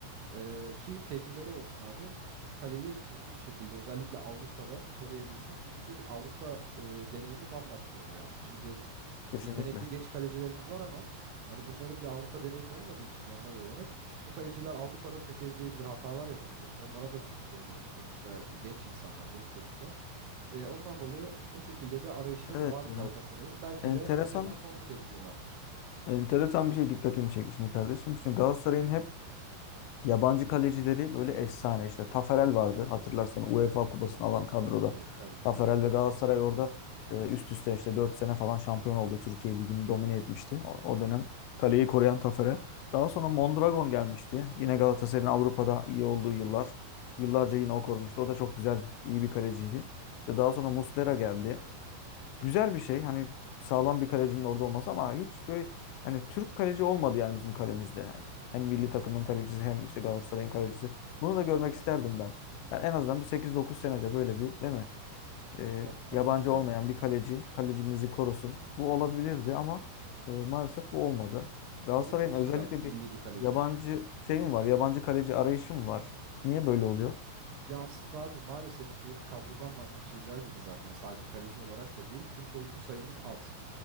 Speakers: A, on the right (about 65°); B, on the left (about 80°).
A: Ee, ki tecrübeli olsun abi. Kaleyi düzgün bir şekilde özellikle Avrupa'da koruyabilsin. Çünkü Avrupa e, deneyimi bambaşka oluyor abi. Şimdi
B: Kesinlikle.
A: yetenekli genç kalecilerimiz var ama hani bunların bir Avrupa deneyimi olmadığı için normal olarak bu kaleciler Avrupa'da tökezleyebilir, hatalar yapabilir. Onlara da suç bulmuyorum sonuçta e, genç insanlar, genç çocuklar. E, ondan dolayı o şekilde bir arayışı
B: Evet
A: var Galatasaray'ın.
B: ya.
A: Belki
B: Enteresan
A: de sezon sonunu bekliyorlardır.
B: Enteresan bir şey dikkatimi çekti şimdi kardeşim. Şimdi Galatasaray'ın hep yabancı kalecileri böyle efsane. İşte Taferel vardı hatırlarsan UEFA kupasını alan kadroda.
A: Tabii ki, tabii ki
B: Taferel
A: abi.
B: ve Galatasaray orada e, üst üste işte 4 sene falan şampiyon oldu. Türkiye Ligi'ni domine etmişti. O, o dönem kaleyi koruyan Taferel. Daha sonra Mondragon gelmişti. Yine Galatasaray'ın Avrupa'da iyi olduğu yıllar. Yıllarca yine o korumuştu. O da çok güzel, iyi bir kaleciydi. İşte daha sonra Muslera geldi güzel bir şey. Hani sağlam bir kalecinin orada olması ama hiç böyle yani Türk kaleci olmadı yani bizim kalemizde. Yani hem milli takımın kalecisi hem işte Galatasaray'ın kalecisi. Bunu da görmek isterdim ben. Yani en azından bir 8-9 senede böyle bir değil mi? Ee,
A: Abi tabii
B: yabancı
A: ki de.
B: olmayan bir kaleci kalecimizi korusun. Bu olabilirdi ama e, maalesef bu olmadı. Galatasaray'ın
A: Ben de çok
B: özellikle
A: isterdim milli
B: bir
A: bir kaleci.
B: yabancı şeyim var. Yabancı kaleci arayışım var. Niye böyle oluyor?
A: Ya aslında abi maalesef ki kadrodan da anlaşılacağı gibi zaten sadece kaleci olarak da değil Türk oyuncu sayımız az.